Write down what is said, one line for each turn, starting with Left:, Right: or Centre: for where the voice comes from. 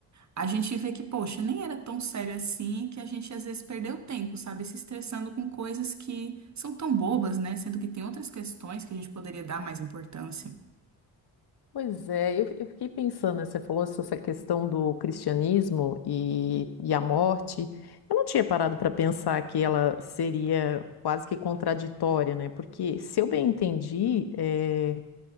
Right: a gente vê que, poxa, nem era tão sério assim, que a gente às vezes perdeu tempo, sabe? Se estressando com coisas que são tão bobas, né? Sendo que tem outras questões que a gente poderia dar mais importância.
Left: Pois é, eu, eu fiquei pensando, né, você falou sobre essa questão do cristianismo e, e a morte. Eu não tinha parado para pensar que ela seria quase que contraditória, né? Porque, se eu bem entendi, eh,